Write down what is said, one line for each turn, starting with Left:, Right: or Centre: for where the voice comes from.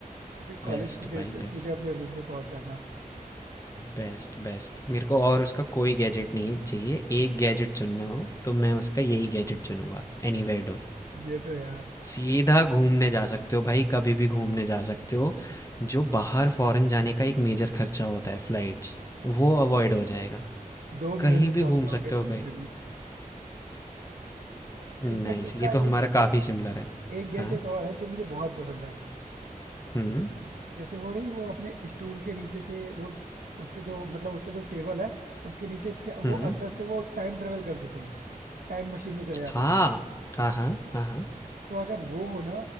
Right: और फिर कॉलेज
Left: बेस्ट
Right: के गेट
Left: भाई
Right: से सीधे
Left: बेस्ट
Right: अपने रूम में पहुंच जाता
Left: बेस्ट बेस्ट मेरे को और उसका कोई गैजेट नहीं चाहिए एक गैजेट चुनना हो तो मैं उसका यही गैजेट चुनूंगा Anywhere door
Right: ये तो यार
Left: सीधा घूमने जा सकते हो भाई कभी भी घूमने जा सकते हो जो बाहर फॉरेन जाने का एक मेजर खर्चा होता है फ्लाइट्स वो अवॉइड हो जाएगा
Right: दो
Left: कहीं
Right: मिनट में
Left: भी
Right: पहुंच
Left: घूम
Right: जाओगे
Left: सकते
Right: कहीं
Left: हो भाई
Right: जरूर इनफैक्ट
Left: नाइस,
Right: उसका
Left: ये तो हमारा
Right: एक
Left: काफ़ी सिमिलर है।
Right: एक गैजेट
Left: हाँ,
Right: और है जो मुझे बहुत पसंद है
Left: हुँ,
Right: जैसे वो नहीं वो अपने स्टूल के नीचे से वो उसके जो मतलब उसका जो टेबल है उसके नीचे से वो
Left: हुँ।
Right: अंदर से वो टाइम ट्रेवल करते थे टाइम मशीन में चले जाते
Left: हाँ,
Right: थे
Left: हाँ, हाँ, हाँ, हाँ।
Right: तो अगर वो हो ना